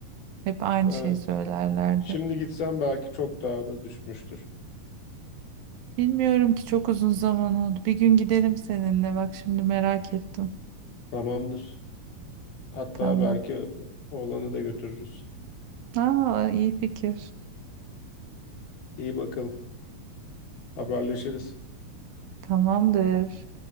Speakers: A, on the right; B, on the left.
A: Hep aynı
B: Evet.
A: şey söylerlerdi.
B: Şimdi gitsen belki çok daha da düşmüştür.
A: Bilmiyorum ki çok uzun zaman oldu. Bir gün gidelim seninle. Bak şimdi merak ettim.
B: Tamamdır. Hatta
A: Tamam.
B: belki oğlanı da götürürüz.
A: Aa, iyi fikir.
B: İyi bakalım. Haberleşiriz.
A: Tamamdır.